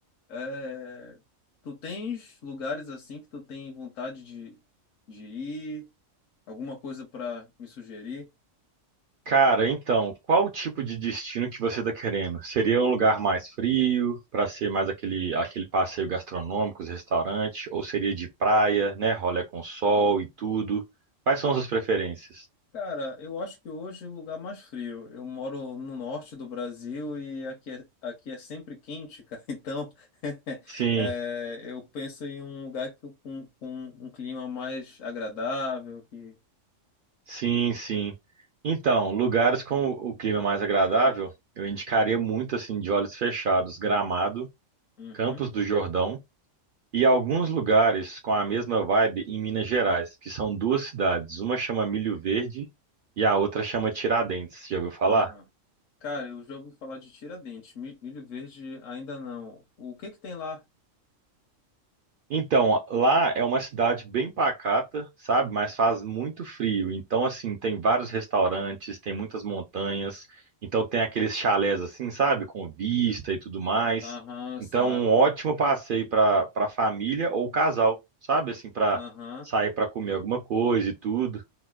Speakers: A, on the left; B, on the right.
A: É, tu tens lugares assim que tu tem vontade de de ir? Alguma coisa para me sugerir?
B: Cara, então, qual o tipo de destino que você tá querendo? Seria um lugar mais frio, pra ser mais aquele, aquele passeio gastronômico, os restaurantes, ou seria de praia, né, rolê com sol e tudo? Quais são as suas preferências?
A: Cara, eu acho que hoje é o lugar mais frio. Eu moro no norte do Brasil e aqui é, aqui é sempre quente, cara. <laughs> Então, <laughs>
B: Sim,
A: é, eu penso em um lugar que, com, com um clima mais agradável. Que...
B: sim, sim. Então, lugares com o clima mais agradável, eu indicaria muito assim de olhos fechados, Gramado,
A: Uhum,
B: Campos do Jordão. E alguns lugares com a mesma vibe em Minas Gerais, que são duas cidades. Uma chama Milho Verde e a outra chama Tiradentes. Já ouviu falar?
A: aham. Cara, eu já ouvi falar de Tiradentes. Mi- Milho Verde ainda não. O que que tem lá?
B: Então, lá é uma cidade bem pacata, sabe? Mas faz muito frio. Então, assim, tem vários restaurantes, tem muitas montanhas. Então, tem aqueles chalés, assim, sabe? Com vista e tudo mais.
A: Aham, saco.
B: Então, um ótimo passeio para para família ou casal, sabe? Assim, para
A: Aham.
B: sair para comer alguma coisa e tudo.